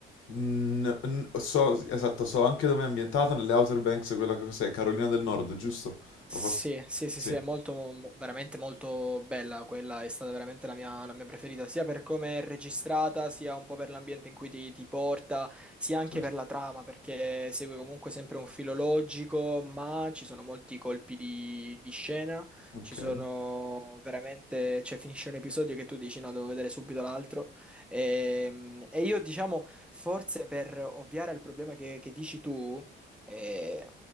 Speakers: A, on the left; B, in the centre.
A: Mm, n- so, esatto, so anche dove è ambientata, nelle Outer Banks, quella che cos'è, Carolina del Nord, giusto? O
B: Sì,
A: forse...
B: sì, sì,
A: Sì,
B: sì, è molto, mo- veramente molto bella quella, è stata veramente la mia, la mia preferita, sia per come è registrata, sia un po' per l'ambiente in cui ti, ti porta, sia anche
A: certo.
B: per la trama, perché segue comunque sempre un filo logico, ma ci sono molti colpi di, di scena,
A: Ok.
B: ci sono veramente, cioè finisce un episodio che tu dici no, devo vedere subito l'altro, e, e io diciamo, forse per ovviare al problema che che dici tu, eh,